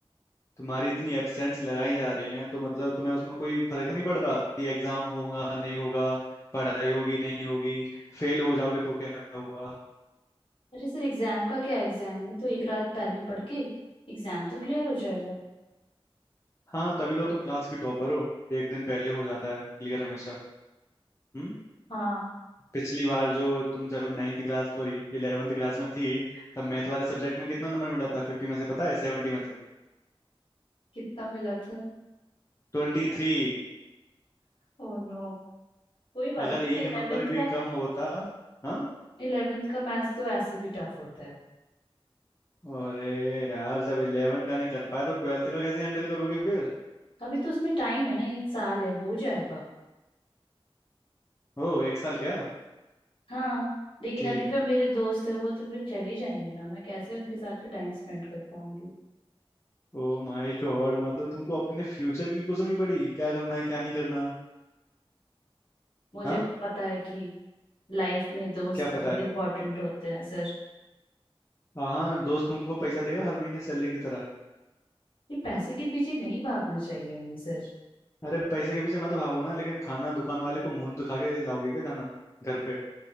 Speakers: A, on the left; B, on the left.
A: तुम्हारी इतनी एब्सेंट्स लगाई जा रही हैं तो मतलब तुम्हें उसमें कोई फर्क नहीं पड़ रहा कि एग्जाम होगा नहीं होगा पढ़ाई होगी नहीं होगी फेल हो जाओगे तो क्या हुआ
B: अरे सर एग्जाम का क्या एग्जाम में तो एक रात पहले पढ़ के एग्जाम तो क्लियर हो जाएगा
A: हाँ तभी तो तुम क्लास की टॉपर हो एक दिन पहले हो जाता है क्लियर हमेशा हम्म?
B: हाँ
A: पिछली बार जो तुम जब नाइन्थ क्लास सॉरी इलेवेंथ क्लास में थी तब मैथ वाले सब्जेक्ट में कितना नंबर मिला था फिफ्टी में से पता है सेवेंटी में से
B: कितना मिला था
A: ट्वेंटी थ्री
B: Oh no कोई बात
A: अगर
B: नहीं
A: एक
B: इलेवेंथ
A: नंबर भी
B: का
A: कम होता हाँ
B: इलेवेंथ का मैथ्स तो ऐसे भी टफ होता है
A: अरे यार जब इलेवन का नहीं कर पाए तो ट्वेल्थ का कैसे हैंडल करोगे फिर
B: अभी तो उसमें टाइम है ना एक साल है हो जाएगा
A: ओ एक साल क्या
B: हाँ लेकिन
A: ठीक
B: अभी
A: है
B: जो मेरे दोस्त है वो तो फिर चले जाएंगे ना मैं कैसे उनके साथ फिर टाइम स्पेंड कर पाऊंगी
A: ओ माय गॉड मतलब तुमको अपने फ्यूचर की कुछ नहीं पड़ी क्या करना है क्या नहीं करना
B: मुझे
A: हाँ
B: तो पता है कि लाइफ में दोस्त
A: क्या
B: बहुत
A: पता है
B: इंपॉर्टेंट होते हैं सर
A: हाँ दोस्त तुमको पैसा देगा हर महीने सैलरी की तरह
B: ये पैसे के पीछे नहीं भागना चाहिए हमें सर
A: अरे पैसे के पीछे मत भागो ना लेकिन खाना दुकान वाले को मुंह दिखा के लाओगे क्या खाना घर पे